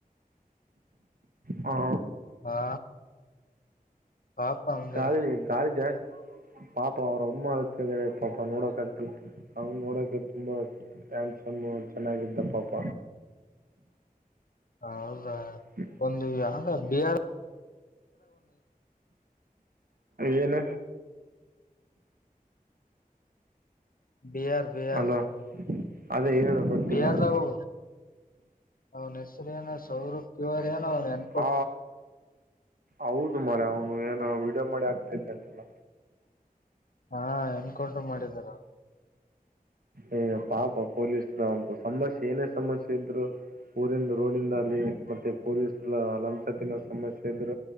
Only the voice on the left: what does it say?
ಹಾ. ಪಾಪ ಅಂದೆ
ಹೌದಾ.
ಒಂದು ಯಾವ್ದ ಬಿಹಾರ್
ಬಿಹಾರ ಬಿಹಾರ
ಬಿಹಾರದಾವು ಅವ್ನ ಹೆಸರು ಏನ ಸೌರ ತಿವಾರಿ ಎನ್
ಹಾ ಎನ್ಕೌಂಟರ್ ಮಾಡಿದಾರ.